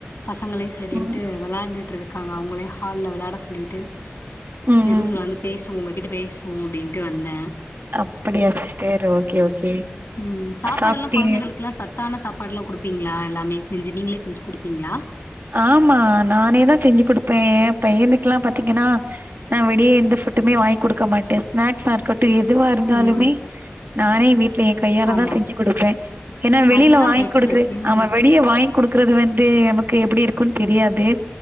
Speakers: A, on the left (about 80°); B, on the right (about 60°).
A: பசங்கலயு சரின்னுட்டு
B: ம்
A: வெளாண்டுட்டு இருக் காங்க அவுங்களயு ஹால்ல வெளயாட சொல்லிட்டு
B: ம்
A: சேர்
B: ம்
A: ரூம்ல வந்து பேஸ் உங்ககிட்ட பேசுவோ அப்டின்ட்டு வந்த
B: அப்படியா சிஸ்டர் ஓகே ஓகே
A: ம் சாப்பாடெல்லா
B: சாப்ட்டீங்க
A: கொழந்தைகளுக்கு எல்லா சட் தானா சாப்பாடுலா குடுப்பீங்ளா எல்லாமே செஞ்சு நீங்களே செஞ்சு குடுப்பீங்ளா
B: ஆமா நானே தா செஞ்சு குடுப்ப பையனுக்கு எல்லா பாத்தீங்கன்னா நா வெளியே எந்த ஃபுட்டுமே வாங்கி் குடுக்க மாட்ட ஸ்நாக்ஸ்ஸா இருக்கட் எதுவா இருந்தாலுமே
A: ம்
B: நானே வீட்ல என் கையால
A: ஆமா
B: தா செஞ்சு குடுப்பே ஏனா வெளியில
A: அதுதான்
B: வாங்கி்
A: பெட்ரு
B: குடுக்குற நாம
A: ம்
B: வெளிய வாங்கி குடுக் க்றது வந்து நமக் கு எப்டி இருக்குன் தெரியாது